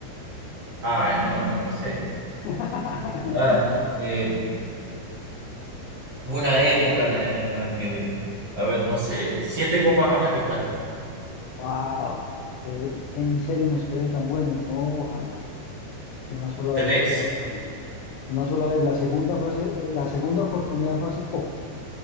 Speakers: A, on the right; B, on the left.
A: Ay, no, no lo sé.
B: <laughs>
A: Eh, ah, eh, una época en la, en la que, a ver, no sé, siete Copas América
B: Wow, usted en serio nos cree tan buenos. No, ojalá. Una sola
A: tenés.
B: vez ha quedado Colombia. Una sola vez. La segunda fue hace- eh, la segunda oportunidad fue hace poco.